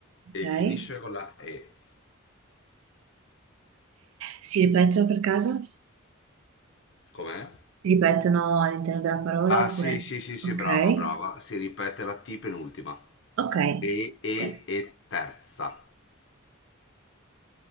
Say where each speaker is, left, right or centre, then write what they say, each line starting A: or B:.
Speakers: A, on the left; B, on the right.
A: e
B: Ok. Eh,
A: finisce con la E.
B: si ripetono per caso?
A: Com'è?
B: si ripetono all'interno della parola
A: Ah,
B: oppure...
A: sì, sì, sì, sì,
B: Ok,
A: brava, brava. Si ripete la T penultima.
B: ok.
A: E, E,
B: Te,
A: e terza.